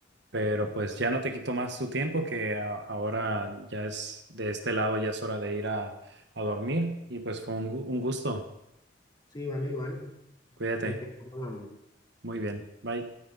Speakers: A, on the right (about 65°); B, on the left (about 25°).
A: Pero pues ya no te quito más tu tiempo, que a- ahora ya es de este lado, ya es hora de ir a, a dormir. Y pues fue un, gu- un gusto.
B: Sí, vale, igual.
A: Cuídate.
B: Hay que estar hablando.
A: Muy bien. Bye.